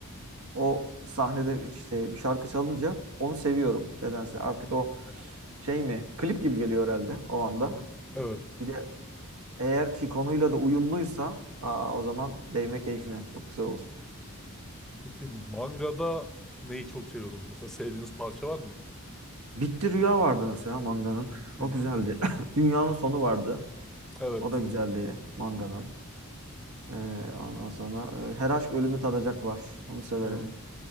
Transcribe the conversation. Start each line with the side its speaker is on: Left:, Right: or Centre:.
Right: o sahnede işte bir şarkı çalınca onu seviyorum nedense. Artık o şey mi? Klip gibi geliyor herhalde o anda.
Centre: hı. Evet.
Right: Bir de eğer ki konuyla da uyumluysa aa, o zaman değme keyfine. Çok güzel olur.
Centre: Peki mangada neyi çok seviyorsunuz? Mesela sevdiğiniz parça var mı?
Right: Bitti Rüya vardı mesela manganın.
Centre: Hı
Right: O
Centre: hı.
Right: güzeldi. <laughs> Dünyanın Sonu vardı.
Centre: Evet.
Right: O da güzeldi manganın. Ee, ondan sonra e, Her Aşk Ölümü Tadacak var. Onu severim.
Centre: Hı